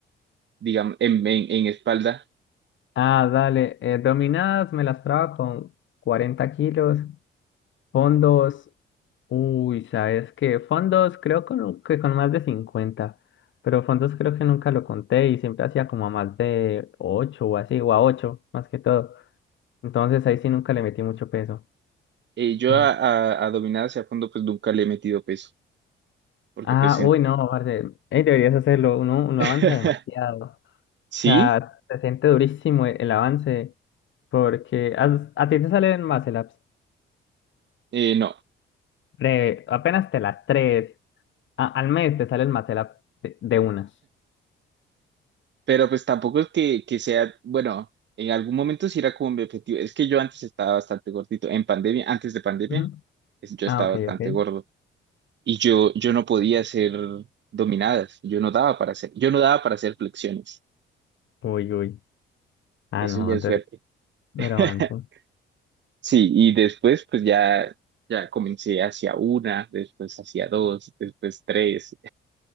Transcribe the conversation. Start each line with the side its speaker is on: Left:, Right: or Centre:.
Right: digamos, en, en, en espalda,
Left: Ah, dale. eh, dominadas me las traba con 40 kilos. Fondos. Uy, ¿sabes qué? Fondos creo con- que con más de 50, pero fondos creo que nunca lo conté y siempre hacía como a más de 8 o así, o a 8 más que todo. Entonces ahí sí nunca le metí mucho peso.
Right: eh, yo
Left: Mm.
Right: a, a, a dominada hacia fondo, pues nunca le he metido peso, porque
Left: Ah,
Right: pues en-
Left: uy, no, parce, ey, deberías hacerlo, uno, uno
Right: <laughs>
Left: avanza demasiado.
Right: sí,
Left: O sea, se siente durísimo el, el avance porque has- a, ti te salen Matlabs,
Right: eh, no,
Left: breve, apenas te las tres, a- al mes te sale el Matlab de, de unas.
Right: pero pues tampoco es que, que sea, bueno, en algún momento sí era como mi objetivo, es que yo antes estaba bastante gordito, en pandemia, antes de pandemia,
Left: Ujú.
Right: es- yo
Left: Ah,
Right: estaba
Left: ok,
Right: bastante
Left: ok.
Right: gordo y yo, yo no podía hacer dominadas, yo no daba para hacer, yo no daba para hacer flexiones,
Left: Uy, uy. Ah,
Right: eso
Left: no,
Right: ya
Left: entonces
Right: es suerte.
Left: me
Right: <laughs>
Left: lo avanzo.
Right: Sí, y después pues ya, ya comencé hacia una, después hacia dos, después tres,